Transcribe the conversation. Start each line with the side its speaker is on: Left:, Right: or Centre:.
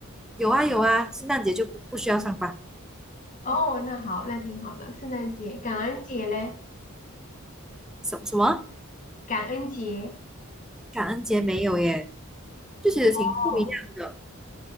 Centre: 有啊有啊，圣诞节就不不需要上班。
Left: 哦，那好，那挺好的，圣诞节、感恩节嘞，
Centre: 什什么？
Left: 感恩节。
Centre: 感恩节没有耶，就觉得挺不一样的。
Left: 哦，